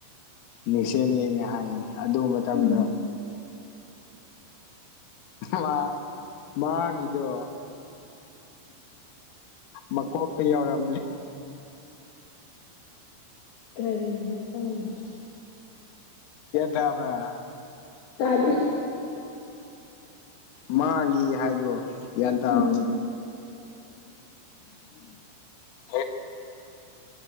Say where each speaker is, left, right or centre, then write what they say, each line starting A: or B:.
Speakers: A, on the left; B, on the left.
A: ꯃꯤꯡꯁꯦꯜ ꯌꯦꯡꯉꯦ ꯍꯥꯏꯌꯦ ꯑꯗꯨ ꯃꯇꯝꯗ
B: ꯎꯝ
A: ꯃꯥ ꯃꯥꯒꯤꯗꯣ ꯃꯀꯣꯛꯇ ꯌꯥꯎꯔꯝꯅꯦ
B: ꯀꯔꯤꯅꯣ ꯈꯪꯗꯦ
A: ꯇꯥꯕꯔꯥ
B: ꯇꯥꯗꯦ
A: ꯃꯥꯡꯒꯤ ꯍꯥꯏꯗꯣ ꯒ꯭ꯌꯥꯟ ꯇꯥꯎ
B: ꯎꯝ
A: <unintelligible>